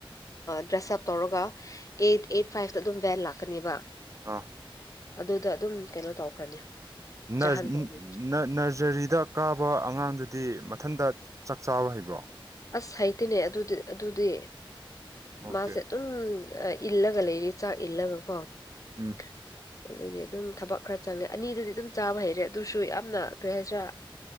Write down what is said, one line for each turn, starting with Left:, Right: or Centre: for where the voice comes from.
Left: ꯗ꯭ꯔꯦꯁꯑꯞ ꯇꯧꯔꯒ ꯑꯩꯠ ꯑꯩꯠ ꯐꯥꯏꯚꯇ ꯑꯗꯨꯝ ꯚꯦꯜ ꯂꯥꯛꯀꯅꯦꯕ
Right: ꯑ
Left: ꯑꯗꯨꯗ ꯑꯗꯨꯝ ꯀꯩꯅꯣ ꯇꯧꯈ꯭ꯔꯅꯤ
Right: ꯅꯔ
Left: ꯆꯥꯍꯟꯈ꯭ꯔꯅꯤ
Right: ꯅꯔꯖꯔꯤꯗ ꯀꯥꯕ ꯑꯉꯥꯡꯗꯨ ꯗꯤ ꯃꯊꯟꯇ ꯆꯥꯛ ꯆꯥꯕ ꯍꯩꯕ꯭ꯔꯣ
Left: ꯑꯁ ꯍꯥꯏꯇꯦꯅꯦ ꯑꯗꯨꯗꯤ ꯑꯗꯨꯗꯤ
Right: ꯑꯣꯀꯦ
Left: ꯃꯥꯁꯦ ꯑꯗꯨꯝ ꯏꯜꯂꯒ ꯂꯩꯔꯤ ꯆꯥꯛ ꯏꯜꯂꯒꯀꯣ
Right: ꯎꯝ
Left: <inaudible> ꯑꯗꯒꯤ ꯑꯗꯨꯝ ꯊꯕꯛ ꯈꯔ ꯆꯪꯉꯦ ꯑꯅꯤꯗꯗꯤ ꯑꯗꯨꯝ ꯆꯥꯕ ꯍꯩꯔꯦ ꯑꯗꯨꯁꯨ ꯌꯥꯝꯅ ꯀꯔꯤ ꯍꯥꯏꯁꯤꯔꯥ